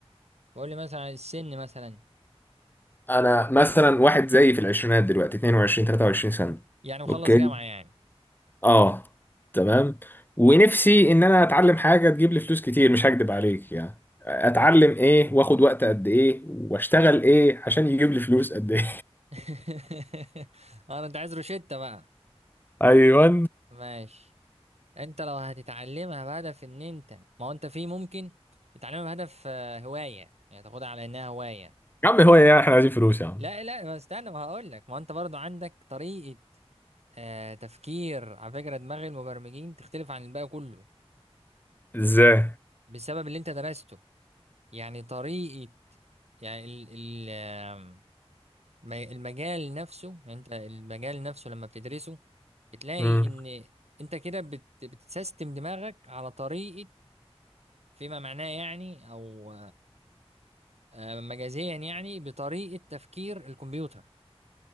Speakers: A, on the right; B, on the left.
A: بقول لي مثلا على السن مثلا
B: انا مثلا واحد زيي في العشرينات دلوقتي 22 23 سنة
A: يعني مخلص
B: اوكي
A: جامعة يعني
B: اه تمام ونفسي ان انا اتعلم حاجة تجيب لي فلوس كتير مش هكدب عليك يعني اتعلم ايه واخد وقت قد ايه واشتغل ايه عشان يجيب لي فلوس قد ايه
A: <laughs> انا انت عايز روشتة بقى
B: <laughs> ايوه
A: ماشي انت لو هتتعلمها بهدف ان انت ما هو انت في ممكن تتعلمها بهدف آه، هواية يعني تاخدها على انها هواية
B: يا عم هو ايه يعني، احنا عايزين فلوس يا عم
A: لا لا ما استنى ما هقول لك ما هو انت برضو عندك طريقة آه تفكير على فكرة دماغ المبرمجين تختلف عن الباقي كله
B: ازاي
A: بسبب اللي انت درسته يعني طريقة يعني ال ال آم، م- المجال نفسه يعني انت المجال نفسه لما بتدرسه بتلاقي
B: امم
A: ان انت كده بت بتسيستم دماغك على طريقة فيما معناه يعني او آه، مجازيا يعني بطريقة تفكير الكمبيوتر